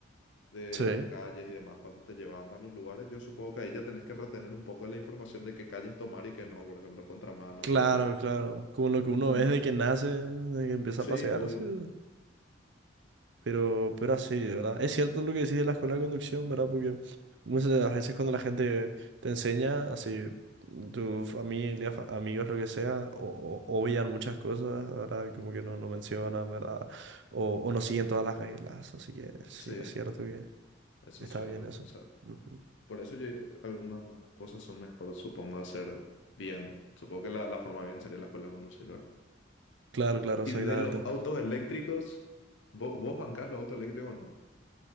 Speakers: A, on the left; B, on the right.
A: de
B: Sí.
A: las calles y demás, cuando te llevaban a los lugares, yo supongo que ahí ya tenés que retener un poco la información de qué calles tomar y qué no, por ejemplo, contramanos
B: Claro,
A: y eso.
B: claro. Como lo que uno
A: Y entonces...
B: ve desde que nace, desde que empieza
A: Sí,
B: a pasearse.
A: obvio.
B: ¿no? Pero, pero así, ¿verdad? Es cierto lo que decís de la escuela de conducción, ¿verdad? Porque muchas de las veces cuando la gente te enseña, así, tu familia, fa- amigos, lo que sea, o, o- obvian muchas cosas, ¿verdad? Como que no, no mencionan, ¿verdad? O, o no siguen todas las reglas. Así que sí,
A: Sí,
B: es cierto que
A: eso
B: está
A: es cierto.
B: bien eso.
A: O sea,
B: Ujú.
A: por eso yo, algunas cosas son mejor, supongo, hacer bien. Supongo que la, la forma bien sería la escuela con conductora.
B: Claro, claro, exactamente.
A: Y de los autos eléctricos, ¿vos, vos bancás los autos eléctricos o no?